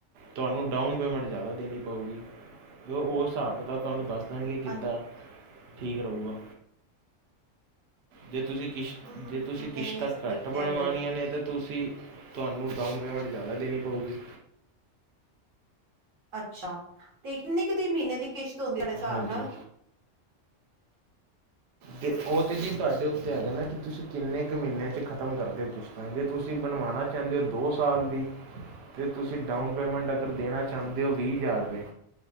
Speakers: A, on the right; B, on the right.
A: ਤੁਹਾਨੂੰ ਡਾਊਨ ਪੇਮੈਂਟ ਜ਼ਿਆਦਾ ਦੇਣੀ ਪਊਗੀ। ਉਹ ਹਿਸਾਬ -ਕਿਤਾਬ ਤੁਹਾਨੂੰ ਦੱਸ ਦੇਣਗੇ, ਕਿੱਦਾਂ
B: ਅ
A: ਠੀਕ ਰਹੂਗਾ, ਜੇ ਤੁਸੀਂ ਕਿਸ਼ਤ,
B: ਹਮ
A: ਜੇ ਤੁਸੀਂ
B: ਨਹੀਂ
A: ਕਿਸ਼ਤਾਂ
B: ਨਹੀਂ ਸਹੀ
A: ਘੱਟ
B: ਕਹਿ
A: ਬਣਵਾਉਣੀਆਂ
B: ਰਹੇ ਹੋ
A: ਨੇ ਤਾਂ ਤੁਸੀਂ ਤੁਹਾਨੂੰ, ਡਾਊਨ ਪੇਮੈਂਟ ਜ਼ਿਆਦਾ ਦੇਣੀ ਪਊਗੀ।
B: ਅੱਛਾ ਤੇ ਕਿੰਨੀ ਕੁ ਦੀ ਮਹੀਨੇ ਦੀ ਕਿਸ਼ਤ ਹੁੰਦੀ ਤੁਹਾਡੇ ਹਿਸਾਬ
A: ਹਾਂਜੀ
B: ਨਾਲ।
A: ਤੇ ਉਹ ਤੇ ਜੀ ਤੁਹਾਡੇ ਉੱਤੇ ਹੈਗਾ ਨਾ ਕਿ ਤੁਸੀਂ ਕਿੰਨੇ ਕੁ ਮਹੀਨੇ ਚ ਖਤਮ ਕਰਦੇ ਔ। ਔਰ ਜੇ ਤੁਸੀਂ ਬਣਵਾਉਣਾ ਚਾਹੁੰਦੇ ਹੋ ਦੋਸਤ ਸਾਲ ਦੀ ਅਤੇ ਤੁਸੀਂ ਡਾਊਨ ਪੇਮੈਂਟ ਅਗਰ ਦੇਣਾ ਚਾਹੁੰਦੇ ਹੋ ਵੀਹ ਹਜ਼ਾਰ ਰੁਪਏ